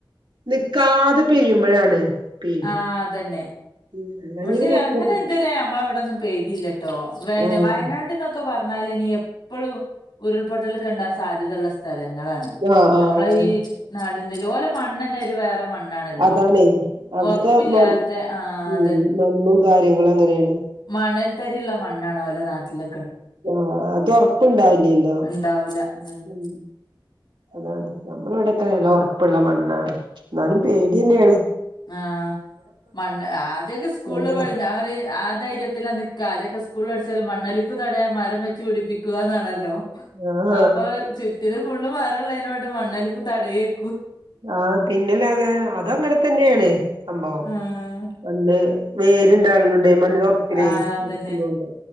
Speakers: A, on the right; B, on the left.
A: ന്നിക്കാതെ പെയ്യുമ്പഴാണ് പേടി
B: ആഹ് അതന്നെ
A: ഉം അല്ലാഞ്ഞ
B: പക്ഷെ
A: പിന്നെ അത്ര
B: അങ്ങനെ ഇതുവരെ നമ്മള അവിടൊന്നും പെയ്തില്ലട്ടോ വേയ്ന
A: ആഹ്
B: വയനാട്ന്നൊക്കെ പറ പറഞ്ഞാൽ ഇനി എപ്പളും ഉരുൾപൊട്ടലൊക്കെഉണ്ടാകാ സാധ്യത ഉള്ള സ്ഥല ങ്ങളാണ്
A: ആഹ്
B: നമ്മളെ
A: ആഹ്
B: ഈ നാടിന്റെ ഓലെ മണ്ണന്നെ ഒരു വേറെ മ ണ്ണാണെല്ലോ
A: അതാണേ അവിടുത്തെ
B: ഒറപ്പില്ലാത്തെ
A: മൺ
B: ആഹ്
A: ഉം മണ്ണും കാര്യങ്ങളും അങ്ങനെയാണ്
B: മണൽത്തരിഉള്ളാ മണ്ണാണ് ഓലെ നാട്ടില്
A: ആഹ് അത് ഒറപ്പുണ്ടാവില്ലല്ലോ
B: ഇണ്ടാവൂല അതന്നെ
A: ഉം അതാണ് നമ്മൾ ഇവിടെ ഒക്കെ നല്ല ഉറപ്പുള്ള മണ്ണാണ് എന്നാലും പേടി തന്നെആണ്
B: ആഹ് മണ്ണ് ആദ്യക്കെ സ്കൂള്
A: നല്ലതാ
B: പോയി ഞാപറേം ആധൈര്യത്തില നിക്കാ ആദ്യൊക്കെ സ് കൂളി പടിച്ചല് മണ്ണൊലിപ്പ് തടയാൻ മരം വെച്ച് പിടിപ്പിക്കുകന്നാണല്ലോ
A: ആഹ്
B: അപ്പൊ ചുറ്റില് ഫുള്ള് മരഉള്ളഴിനോട് മണ്ണലിപ്പ് തടയേം
A: ആഹ് പിന്നില്ലാതെ അത് അങ്ങനെ തന്നെയാണ് സംഭവം
B: ആഹ്
A: വന്ന് വേരുണ്ടാവുന്നൊണ്ട് മണ്ണ്ലൊറപ്പിലേ
B: ആഹ് അതന്നെ
A: നിക്കുന്നുണ്ട്